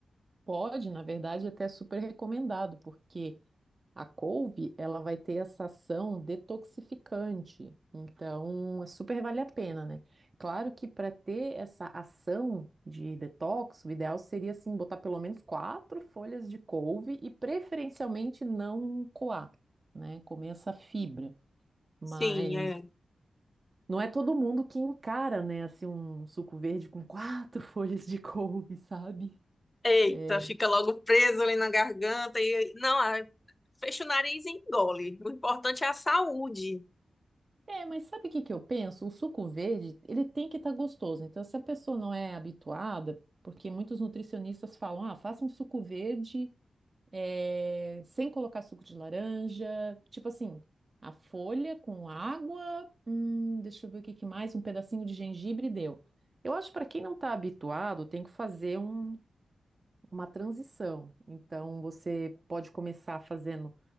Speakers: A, on the right; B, on the left.
A: Pode, na verdade, é até super recomendado, porque A couve, ela vai ter essa ação detoxificante. Então, é super vale a pena, né? Claro que para ter essa ação de detox, o ideal seria assim botar pelo menos quatro folhas de couve e preferencialmente não coar, né? Comer essa fibra. Mas
B: Sim, é.
A: não é todo mundo que encara, né, assim um suco verde com quatro <laughs> folhas de couve, sabe?
B: Eita,
A: É,
B: fica logo preso ali na garganta e não, ah, fecha o nariz e engole. O importante é a saúde.
A: É, mas sabe o que que eu penso? O suco verde, ele tem que estar gostoso. Então, se a pessoa não é habituada, porque muitos nutricionistas falam, ah, faça um suco verde eh, sem colocar suco de laranja, tipo assim, a folha com água, hum, deixa eu ver o que que mais, um pedacinho de gengibre deu. Eu acho que para quem não está habituado, tem que fazer um- uma transição. Então, você pode começar fazendo